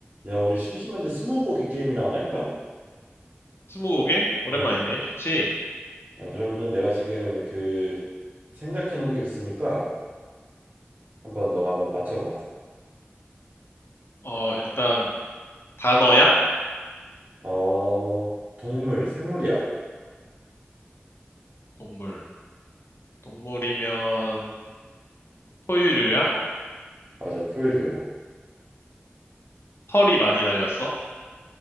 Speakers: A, on the right; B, on the left.
A: 야, 우리 심심한데 스무고개 게임이나 하나 할까?
B: 스무고개? 오랜만이네.
A: 네.
B: 좋지.
A: 야, 그러면은 내가 지금 그 생각해 놓은 게 있으니까 한번 너가 한번 맞춰봐.
B: 어, 일단 단어야?
A: 어, 동물, 생물이야.
B: 동물. 동물이면 포유류야?
A: 맞아, 포유류야.
B: 털이 많이 달렸어?